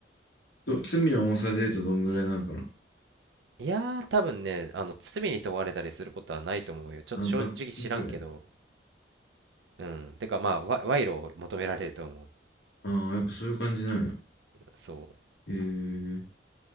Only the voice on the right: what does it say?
いやー多分ねあの罪に問われたりすることはないと思うよちょっと正直知らんけど
うんてかまあわ賄賂を求められると思う
そ